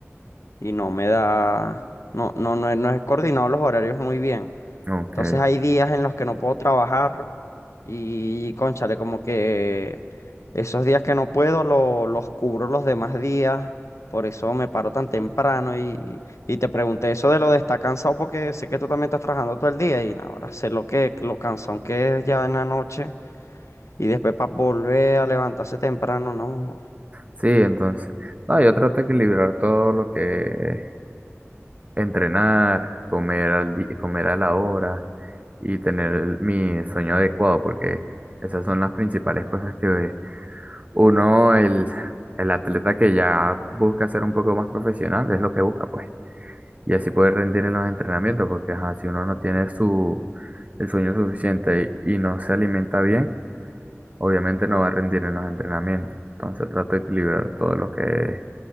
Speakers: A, on the left; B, on the right.
A: y no me da, no, no, no, he- no he coordinado los horarios muy bien.
B: ok.
A: Entonces hay días en los que no puedo trabajar Y cónchale, como que esos días que no puedo lo- los cubro los demás días, por eso me paro tan temprano y, y te pregunté eso de lo de estar cansado porque sé que tú también estás trabajando todo el día y ahora sé lo que lo cansón que es ya en la noche y después para volver a levantarse temprano, no.
B: Sí, entonces. No, yo trato de equilibrar todo lo que es entrenar, comer al di- comer a la hora y tener el- mi sueño adecuado, porque esas son las principales cosas que uno, el, el atleta que ya busca ser un poco más profesional, es lo que busca, pues. y así poder rendir en los entrenamientos, porque ajá, si uno no tiene su, el sueño suficiente y, y no se alimenta bien, obviamente no va a rendir en los entrenamientos. Entonces trato de equilibrar todo lo que es